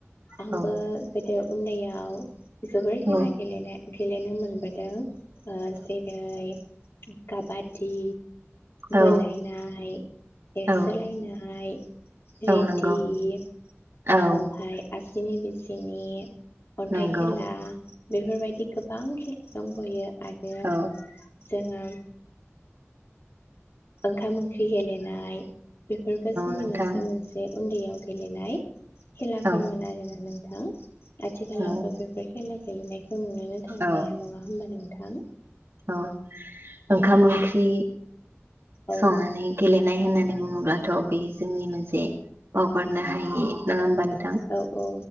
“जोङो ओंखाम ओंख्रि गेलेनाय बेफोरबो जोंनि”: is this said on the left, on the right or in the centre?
Left